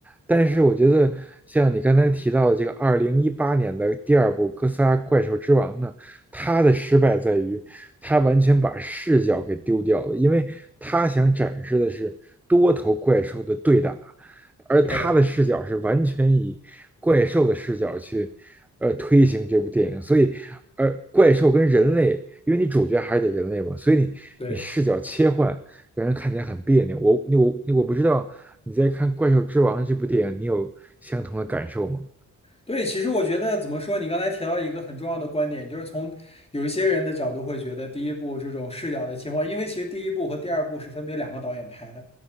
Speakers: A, in the centre; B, on the left.
A: 但是我觉得，像你刚才提到的这个二零一八年的第二部《哥斯拉：怪兽之王》呢，他的失败在于他完全把视角给丢掉了，因为他想展示的是多头怪兽的对打，而他的视角是完全以怪兽的视角去呃推行这部电影，
B: 对。
A: 所以呃怪兽跟人类，因为你主角还是得人类嘛，所以你你视角切换让人看起来很别扭。
B: 对。
A: 我我我不知道你在看《怪兽之王》这部电影，你有相同的感受吗？
B: 对，其实我觉得怎么说，你刚才提到一个很重要的观点，就是从有一些人的角度会觉得第一部这种视角的情况，因为其实第一部和第二部是分别两个导演拍的，